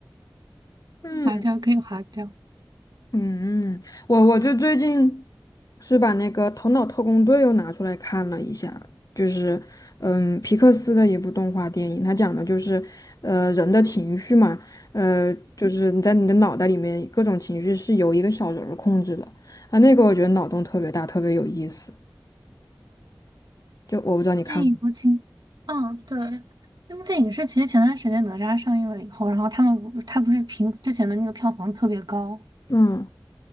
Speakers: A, on the left; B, on the right.
A: <laughs> 嗯。
B: 划掉可以划掉。
A: 嗯，嗯我我就最近是把那个《头脑特工队》又拿出来看了一下，就是嗯，皮克斯的一部动画电影，它讲的就是呃人的情绪嘛，呃，就是你在你的脑袋里面各种情绪是由一个小人儿控制的啊，那个我觉得脑洞特别大，特别有意思，就我不知道你看过，
B: 电影我挺，嗯，对，那部电影是其实前段时间哪吒上映了以后，然后他们不，它不是评之前的那个票房特别高。
A: 嗯。